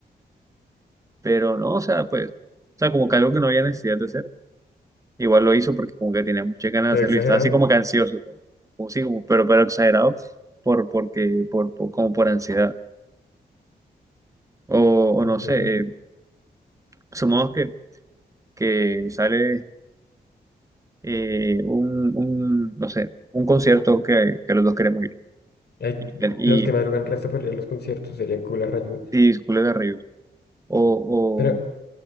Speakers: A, on the right; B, on the left.
A: pero no, o sea, pues, o sea, como que algo que no había necesidad de hacer. Igual lo hizo porque como que tenía muchas ganas
B: Todo
A: de hacerlo
B: exagerado.
A: y estaba así como que ansioso, como, como sí, como, pero, pero exagerado, por, porque, por, por- como por ansiedad. O, o
B: Ok.
A: no sé, eh, sumamos que, que sale eh, un, un, no sé, un concierto que, que los dos queremos ir.
B: Ay,
A: Y,
B: los que
A: y,
B: madrugan resto para ir a los conciertos serían culés rayudos.
A: y, y Julio Garrido. O,
B: Pero...